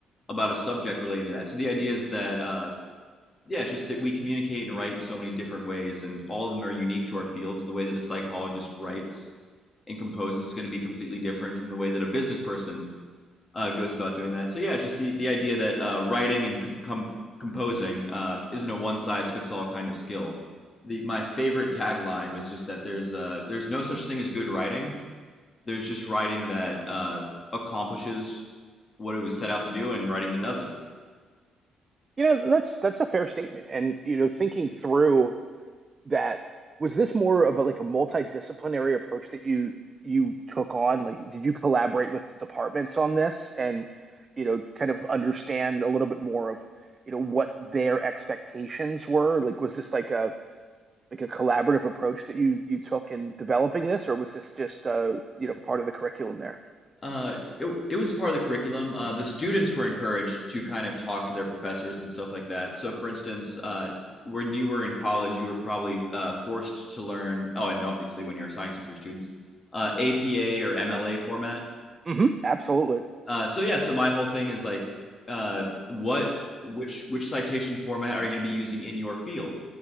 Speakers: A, on the left (about 30°); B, on the right (about 30°).
A: about a subject relating to that. So the idea is that uh, yeah, just that we communicate and write in so many different ways, and all of them are unique to our fields. The way that a psychologist writes and composes is going to be completely different from the way that a business person uh, goes about doing that. So yeah, just the the idea that uh, writing and com- com- composing uh, isn't a one size fits all kind of skill. The, my favorite tagline was just that there's uh, there's no such thing as good writing, there's just writing that uh, accomplishes what it was set out to do and writing that doesn't.
B: You know, that's that's a fair statement. And you know, thinking through that was this more of a, like a multidisciplinary approach that you you took on? Like, did you collaborate with departments on this and you know kind of understand a little bit more of you know what their expectations were? Like, was this like a like a collaborative approach that you you took in developing this, or was this just uh you know part of the curriculum there?
A: Uh, it, it was part of the curriculum. Uh, the students were encouraged to kind of talk to their professors and stuff like that. So, for instance, uh, when you were in college, you were probably uh, forced to learn, oh, and obviously when you're assigning stuff to your students, uh, APA or MLA format
B: hmm absolutely.
A: Uh, so yeah, so my whole thing is like, uh, what, which, which citation format are you going to be using in your field?